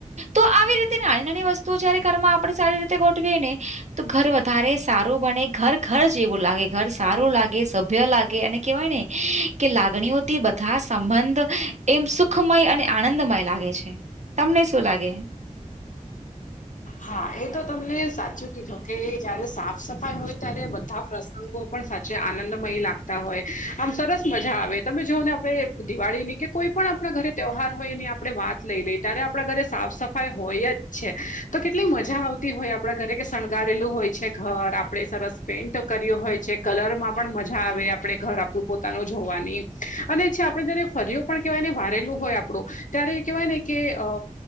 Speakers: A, on the right; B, on the left.
A: તો આવી રી નાની નાની વસ્તુઓ જયારે ઘરમાં આપણે સારી. ગોઠવી ને તો ઘર વધારે સારું બને ઘર ઘર જેવું લાગે ઘર. સારું લાગે સભ્ય લાગે અને કેવાય ને કે લાગણીઓથી બધા સંબંધ. એમ સુખમય અને આનંદમય લાગે છે તમને શું લાગે છે? <inaudible>
B: હા એ તો તમને સાચું કીધું કે જયારે સાફ સફાઈ હોય ત્યારે બધા પ્ર અંગો પણ સાચે આનંદમય લાગતા હોય આમ સરસ મજા આવે તમે જોઓ ને આપણે. દિવાળી ની કે કોઈ પણ આપણા ઘરે તહેવાર હોય એની આપણે વાત. લઈ લઈ ત્યારે આપણા ઘરે સાફ સફાઈ હોય જ. તો કેટલી મજા આવતી હોય આપણા ઘરે કે શણગારેલું હોય છે ઘર આપડે સરસ. પેઇન્ટ કર્યો હોય છે કલર માં પણ મજા આવે આપણે ઘર આપું પોતાનું જોવાની. અને છે આપડણે જયારે ફરયો પણ કેહેવાય ને વારેલું હોય આપણું ત્યારે કેહેવાય ને કે અ